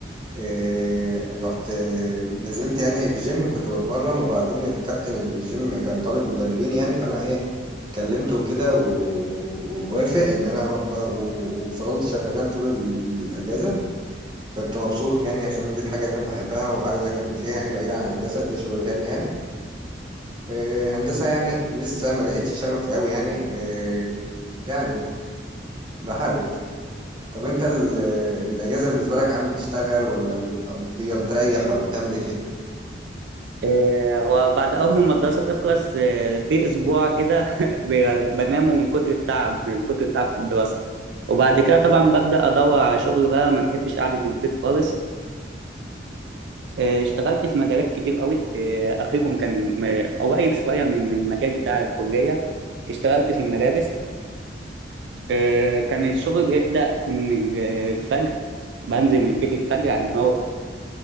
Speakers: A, on the right; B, on the right.
A: آه، رحت آه، نزلت يعني في جيم كنت بتمرن وبعدين الكابتن اللي في الجيم كان طالب مدربين يعني فأنا إيه كلمته كده و- ووافق إن أنا و- و- وفضلت شغال طول الأجازة كنت مبسوط يعني عشان دي الحاجة اللي أنا بحبها وعايز أكمل فيها يعني بعيد عن الهندسة ده شغل تاني يعني آه، هندسة يعني لسه ما لقيتش شغف قوي يعني آه، يعني بحاول طب انت ال- الأجازة بالنسبة لك عم بتشتغل ولا بتقضيها بتريح ولا بتعمل ايه فيها؟
B: آه، هو بعد أول ما الدراسة تخلص آه، في أسبوع كده <laughs> ب- بنامه من كتر التعب من كتر التعب في الدراسة وبعد كده طبعا ببدأ أدور على شغل بقى ما بحبش قعدة البيت خالص آه، اشتغلت في مجالات كتير قوي آه، اخرهم كان م- قريب شويه من المجال بتاع الكليه اشتغلت في الملابس آه، كان الشغل بيبدا من الفجر بنزل من البيت الفجر على ان هو